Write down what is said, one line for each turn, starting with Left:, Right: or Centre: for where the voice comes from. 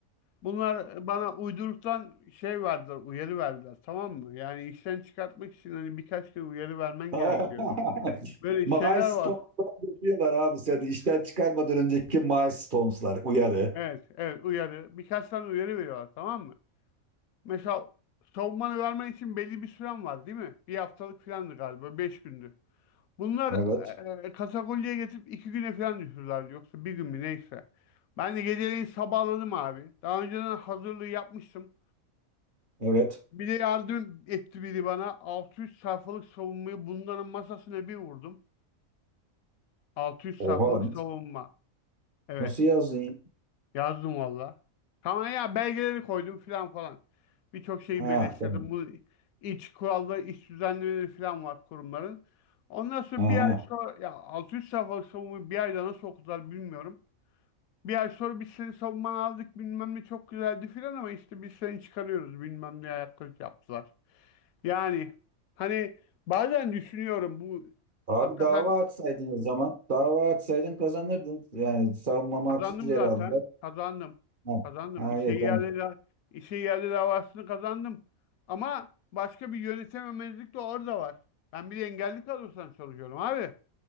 Left: Bunlar bana uyduruktan şey verdiler, uyarı verdiler tamam mı? Yani işten çıkartmak için hani birkaç kere uyarı vermen
Right: <laughs>
Left: gerekiyor. Böyle
Right: Milestones'lar
Left: şeyler var.
Right: yapıyorlar abi seni. İşten çıkarmadan önceki milestones'lar uyarı.
Left: Evet, evet uyarı. Birkaç tane uyarı veriyorlar tamam mı? Mesela savunmanı vermen için belli bir süren var değil mi? Bir haftalık filandı galiba, beş gündü. Bunlar
Right: Evet.
Left: e, katakulliye getirip iki güne falan düşürürlerdi. Yoksa bir gün mü neyse. Ben de geceleyin sabahladım abi. Daha önceden hazırlığı yapmıştım.
Right: Evet.
Left: Bir de yardım etti biri bana. 600 sayfalık savunmayı bunların masasına bir vurdum. Altı yüz
Right: Oha.
Left: sayfalık savunma. Evet.
Right: Nasıl yazdın ya?
Left: Yazdım valla. Tamam ya belgeleri koydum filan falan. Birçok şeyi
Right: Ha,
Left: birleştirdim.
Right: tamam.
Left: Bu iç kuralları, iç düzenlemeleri filan var kurumların. Ondan sonra
Right: Aha.
Left: bir ay sonra ya 600 sayfalık savunmayı bir ayda nasıl okudular bilmiyorum. Bir ay sonra biz seni savunmanı aldık bilmem ne çok güzeldi filan ama işte biz seni çıkarıyoruz bilmem ne ayaklık yaptılar. Yani hani bazen düşünüyorum bu
Right: Abi
Left: hakikaten
Right: dava açsaydın o zaman. Dava açsaydın kazanırdın. Yani savunmamı
Left: Kazandım
Right: haksız yere
Left: zaten.
Right: aldılar.
Left: Kazandım.
Right: Ha.
Left: Kazandım.
Right: Ha,
Left: İşe
Right: evet,
Left: yerli,
Right: tamam.
Left: işe yerli davasını kazandım. Ama başka bir yönetememezlik de orada var. Ben bir de engelli kadrosundan çalışıyorum abi.